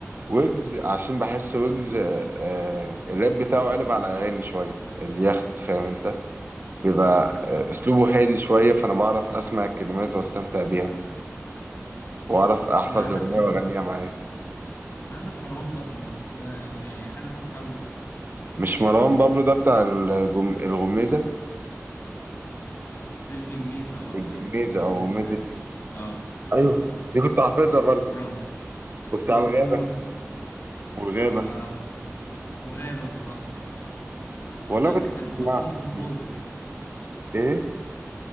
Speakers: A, on the right (about 40°); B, on the left (about 50°).
A: ويجز عشان بحس ويجز آه الراب بتاعه قلب على أغاني شوية اليخت فاهم أنت بيبقى آه، اسلوبه هادي شويه فانا بعرف اسمع الكلمات واستمتع بيها واعرف احفظ
B: طب ما عندك
A: الاغنيه
B: مروان
A: واغنيها معاه
B: عندك مروان بابلو ده يعني حاجة تحفة أوي
A: مش مروان بابلو ده بتاع الجم... الغميزه
B: الجميزة اه
A: الجميزه
B: الجميزة
A: او غميزه إيه؟
B: اه
A: ايوه دي كنت حافظها برضو
B: ورا
A: وبتاع
B: وراكور
A: الغابه والغابه
B: اه وغابة بالظبط
A: والله
B: ده
A: كنت
B: كان ألبوم
A: بسمعهم
B: كنترول
A: مم. ايه